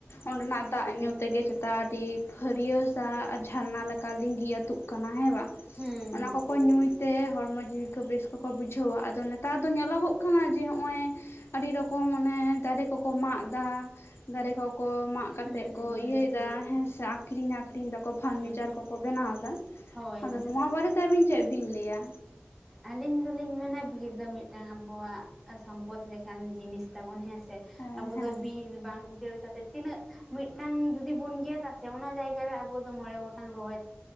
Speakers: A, on the left; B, in the centre.
A: ᱚᱸᱰᱮᱱᱟᱜ ᱫᱟᱜ ᱧᱩ ᱛᱮᱜᱮ ᱪᱮᱛᱟ ᱟᱹᱰᱤ ᱯᱷᱟᱹᱨᱭᱟᱹ ᱥᱟ ᱡᱷᱟᱨᱱᱟ ᱞᱮᱠᱟ ᱞᱤᱸᱜᱤ ᱟᱹᱛᱩᱜ ᱠᱟᱱᱟ ᱦᱮᱸ ᱵᱟᱝ,
B: ᱦᱩᱸ ᱦᱩᱸ
A: ᱚᱱᱟ
B: ᱦᱩᱸ
A: ᱠᱚᱠᱚ ᱧᱩᱭᱛᱮ ᱦᱚᱲᱢᱚ ᱡᱤᱣᱤ ᱠᱚ ᱵᱮᱥ ᱠᱚᱠᱚ ᱵᱩᱡᱷᱟᱹᱣᱟ ᱟᱫᱚ ᱚᱱᱟ ᱟᱫᱚ ᱧᱮᱞᱚᱜᱚᱜ ᱠᱟᱱᱟ ᱡᱮ ᱦᱚᱜᱼᱚᱭ ᱟᱹᱰᱤ ᱨᱚᱠᱚᱢ ᱚᱱᱮ ᱫᱟᱨᱮ ᱠᱚᱠᱚ ᱢᱟᱜ ᱮᱫᱟ ᱫᱟᱨᱮ ᱠᱚ ᱠᱚ ᱢᱟᱜ
B: ᱦᱩᱸ
A: ᱠᱟᱛᱮᱜ ᱠᱚ
B: ᱦᱩᱸ ᱦᱩᱸ
A: ᱤᱭᱟᱹᱭ ᱫᱟ ᱦᱮᱸ ᱥᱮ ᱟᱠᱷᱨᱤᱧ ᱟᱠᱷᱨᱤᱧ ᱮᱫᱟᱠᱚ ᱯᱷᱟᱨᱱᱤᱪᱟᱨ
B: ᱦᱩᱸ
A: ᱠᱚᱠᱚ ᱵᱮᱱᱟᱣ ᱮᱫᱟ,
B: ᱦᱳᱭ
A: ᱟᱫᱚ ᱱᱚᱣᱟ ᱵᱟᱨᱮᱛᱮ ᱟᱹᱵᱤᱱ ᱪᱮᱫ ᱵᱤᱱ ᱞᱟᱹᱭᱟ?
B: ᱟᱹᱞᱤᱧ ᱫᱚᱞᱤᱧ ᱢᱮᱱᱟ ᱵᱤᱨ ᱫᱚ ᱢᱤᱫᱴᱟᱝ ᱟᱵᱚᱣᱟᱜ ᱥᱚᱢᱯᱚᱫ ᱞᱮᱠᱟᱱ ᱡᱤᱱᱤᱥ ᱛᱟᱵᱚᱱ ᱦᱮᱸᱥᱮ,
A: ᱦᱮᱸ
B: ᱟᱵᱚ
A: ᱦᱮᱸ
B: ᱫᱚ ᱵᱤᱨ ᱵᱟᱝ ᱩᱡᱟᱹᱲ ᱠᱟᱛᱮ ᱛᱤᱱᱟᱹᱜ ᱢᱤᱫᱴᱟᱝ ᱡᱩᱫᱤ ᱵᱩᱱ ᱜᱮᱫᱟ ᱥᱮ ᱚᱱᱟ ᱡᱟᱭᱜᱟ ᱨᱮ ᱟᱵᱚ ᱫᱚ ᱢᱚᱬᱮ ᱜᱚᱴᱟᱝ ᱨᱚᱦᱚᱭ